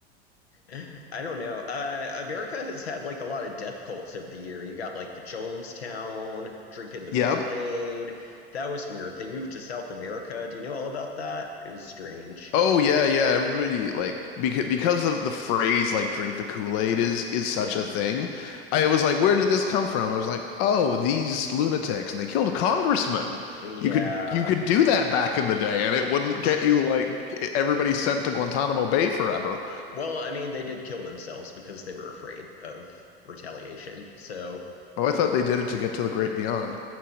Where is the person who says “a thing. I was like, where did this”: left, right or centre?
Left